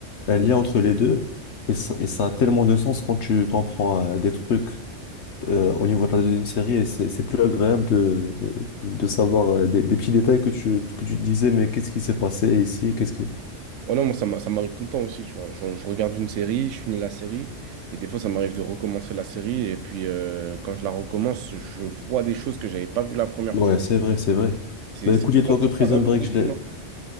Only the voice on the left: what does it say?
un lien entre les deux. Et ça, et ça a tellement de sens quand tu comprends euh, des trucs euh, au niveau de la deuxième série. Et c'est c'est plus agréable de, de savoir euh, des, des petits détails que tu, que tu te disais, mais qu'est-ce qui s'est passé ici? Qu'est-ce qui...
Ouais,
c'est vrai, c'est vrai.
Bah
écoute, dis-toi
que
Prison
Break,
je l'ai...